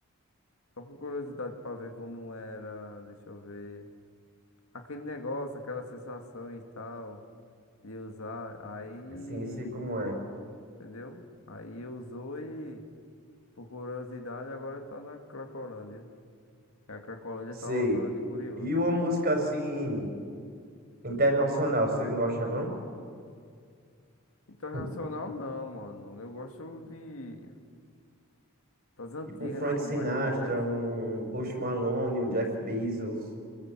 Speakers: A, on the left; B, on the right.
A: Só por curiosidade pra ver como era. Deixa eu ver. aquele negócio, aquela sensação e tal, de usar. Aí,
B: sim, sei como é.
A: entendeu? Aí usou e, por curiosidade, agora tá na Cracolândia. E a Cracolândia
B: Sei.
A: tá lotada de curioso.
B: E uma música assim internacional, você não gosta não? <laughs>
A: Internacional
B: Hum.
A: não, mano. Eu gosto de das antigas,
B: Tipo um Frank
A: não,
B: Sinatra,
A: Michael Jackson.
B: um Post Malone, um Jeff Bezos,